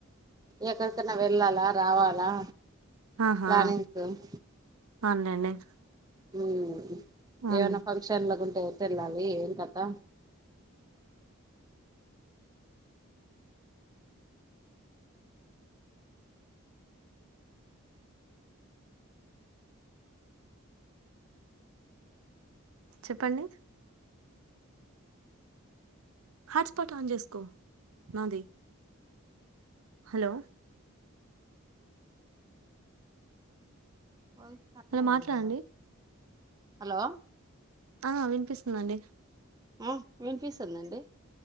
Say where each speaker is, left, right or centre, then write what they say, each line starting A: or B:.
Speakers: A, on the right; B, on the right.
A: ఎక్కడీకన్నా వెళ్ళాలా రావాలా
B: ఆహా
A: ప్లానింగ్స్ ఉమ్.
B: అవునులేండి
A: హ్మ్
B: అవును.
A: ఎవన్న ఫంక్షన్ ల గుంటే ఏటల్లాలి ఏం కతా
B: చెప్పండి హాట్స్పాట్ ఆన్ చేసుకో నాది హలో
A: వాయిస్ కట్లో
B: హలో మాట్లాడండి
A: ఉంది కదా హలో
B: ఆ వినిపిస్తుందండి
A: ఆ వినిపిస్తుందండి